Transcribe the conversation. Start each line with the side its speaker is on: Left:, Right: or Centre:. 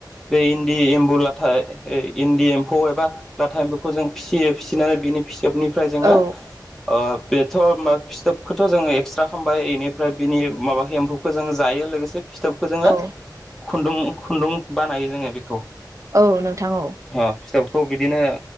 Centre: बे इन्दि एम्बौ लाथाय ए इन्दि एम्फौ एबा लाथा एम्फौखौ जों फिसियो फिसिनानै बिनि फिसोबनिफ्राय जोङो
Right: औ
Centre: अ बेथ' मा फिथोबखोथ' जोङो एक्सट्रा खामबाय इनिफ्राय बिनि माबाखो एम्फौखो जों जायो लोगोसे फिथोबखो जोङो
Right: औ
Centre: खुन्दुं-खुन्दुं बानायो जोङो बेखौ
Right: औ नोंथां औ
Centre: अ फिथोबखौ बिदिनो